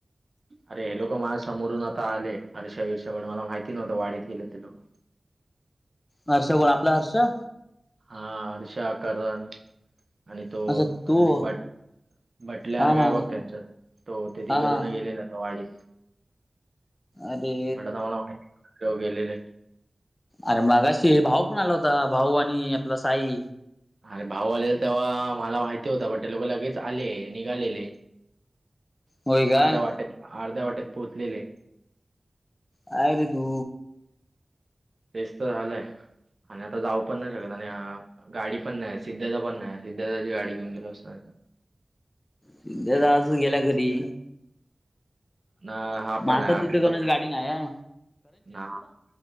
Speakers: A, on the right; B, on the left.
A: अरे हे लोक माझ्या समोरून आता आले हरेषा वीरशा पण मला माहिती नव्हतं वाढीत गेलेत ते लोक.
B: हर्ष कोण आपला हर्षा
A: हा हर्षा करण आणि
B: अच्छा
A: तो अजून
B: तू
A: एक भट. म्हटल्यावर
B: हा
A: काय
B: हा
A: बघ त्यांच्यात तो ते तिघ
B: हा हा
A: जण गेलेला. वाडीस
B: अरे
A: म्हट तर मला माहिती ते गेलेले.
B: अरे मगाशी भाऊ पण आला होता भाऊ आणि आपला साई.
A: अरे भाव आलेल तेव्हा मला माहिती होता बण ते लोक लगेच आले निघालेले.
B: होय काय
A: अर्ध्या वाटेत अर्ध्या वाटेत पोहोचलेले.
B: काय रे तु.
A: तेच तर झालंय आणि आता जाऊ पण नाही शकत आणि अ गाडी पण नाही सिद्धारथ पण नाही सिद्धार्थाची गाडी घेऊन गेलो असतो आणि.
B: सध्या आजच गेल्या घरी.
A: ना हा
B: मग
A: पण
B: आता
A: आहे अभि
B: तिथं कोणाची
A: पण आहे
B: गाडी नाहीये.
A: ना